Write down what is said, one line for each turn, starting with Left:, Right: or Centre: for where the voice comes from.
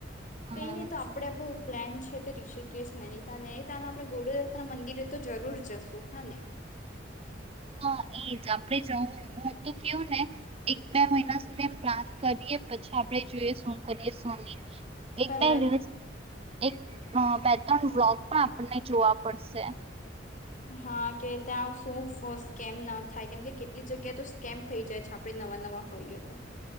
Left: કઈ
Right: હમ
Left: ની તો આપડે આપડે પ્લેન છે તે ઋષિકેશ નૈનીતાલ નૈનીતાલ આપણેે ગુરુદેવતા ના મંદિરે તો જરૂર જશું હા ને
Right: હા એ જ આપણેે જવું હું તો કેવું ને એક બે મહિના સુધી એ પ્લાન કરીએ પછી આપણે જોઈએ શું કરીએ સોની એક
Left: પહેલા
Right: બે દિવસ એક હ ત્રણ વ્લોગ પણ આપણને જોવા પડશે
Left: હા કે ત્યાં શું કેમ ના થાય કેમ કે એટલી જગ્યા તો સ્કેમ થઈ જાય છે. આપણે નવા નવા હોઈએ તો